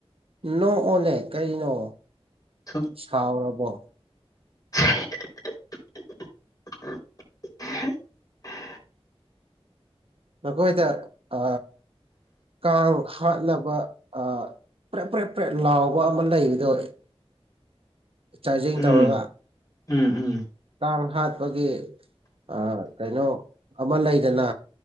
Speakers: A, on the right; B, on the left.
A: ꯅꯣꯛꯑꯣꯅꯦ ꯀꯩꯅꯣ
B: ꯁꯨꯝ
A: ꯁꯥꯎꯔꯕꯣ
B: <unintelligible>
A: ꯃꯈꯣꯏꯗ ꯑ ꯀꯥꯡ ꯍꯥꯠꯅꯕ ꯑ ꯄ꯭ꯔꯦꯞ ꯄ꯭ꯔꯦꯠ ꯄ꯭ꯔꯦ ꯂꯥꯎꯕ ꯑꯃ ꯂꯩꯕꯗꯣ ꯑꯩ ꯆꯥꯔꯖꯤꯡ
B: ꯎꯝ
A: ꯇꯧꯔꯒ
B: ꯎꯝ ꯎꯝ
A: ꯀꯥꯡ ꯍꯥꯠꯄꯒꯤ ꯑ-ꯀꯩꯅꯣ ꯑꯃ ꯂꯩꯗꯅ